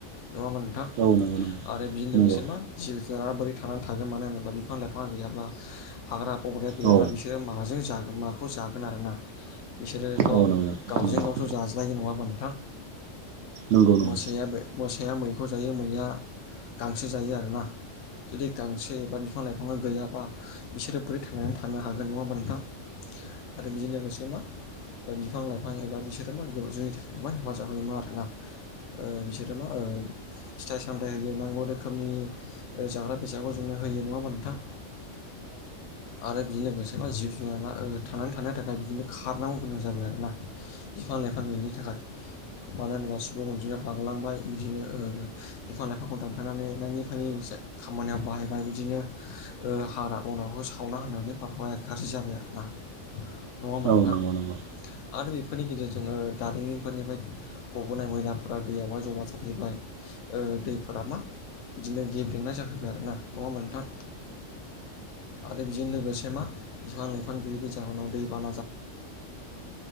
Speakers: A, on the left; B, on the right.
A: नङा होनबा नोंथां?
B: औ नंगौ नंगौ
A: आरो बेजों
B: नंगौ
A: लोगोसे मा जि जुनारा बोरै थांनानै थागोन मानो होनोब्ला बिफां-लाइफां गैयाब्ला हाग्रा-बंग्राया गैयाब्ला
B: औ
A: बिसोरो माजों जा माखौ जागोन आरोना बिसोरोथ'
B: औ नंगौ
A: गावजों
B: नंगौ
A: गावथ' जाज्लायो नङा होनबा नोंथां?
B: नंगौ औ नंगौ औ नंगौ औ
A: मोसाया
B: नंगौ औ नंगौ औ नंगौ औ नंगौ औ नंगौ औ नंगौ औ
A: बे मोसाया मैखौ जायो मैया गांसो जायो आरोना। जुदि गांसो एबा बिफां-लाइफाङा गैयाबा बिसोरो बोरै थांनानै थानो हागोन नङा हाबा नोंथां। आरो बेजों लोगोसे मा ओ बिफां-लाइफां एबा बि <unintelligible> जोंनि थाखाय गोबां हेफाजाब होयोमोन आरोना। ओ बिसोरो मा ओ फिथाइ-सामथाइ होयो नांगौ रोखोमनि ओ जाग्रा बेसादखौ जोंनो होयो नङा होनबा नोंथां? आरो बिजों लोगोसे‌ मा जिब जुनारा ओ थांनानै थानो थाखाय बिदिनो खारनांगौ गोनां जाबाय आरोना बिफां-लाइफां गैयिनि थाखाय। मानो होनोबा सुबुं अनजिमाया बांलांबाय बिदिनो ओ बिफां-लाइफांखौ दानफायनानै नाङि-फाङि। से खामानियाव बाहायनाय बिदिनो ओ हाग्रा बंग्राखौ सावना होननानै बारहावाया गाज्रि जाबाय आरोना नङा होमबा
B: औ
A: नोंथां
B: नंगौ नंगौ
A: आरो बेफोरनि गेजेरजों ओ दारिमिनफोरनिफ्राय गबोनाय मैला फोरा दैयावहाय जमा जाफैबाय ओ दैफोरा मा बिदिनो गेब्रेंनाय जाफैबाय आरो ना नङा होमबा नोंथां आरो बेजों लोगोसे मा बिफां ला नो आरो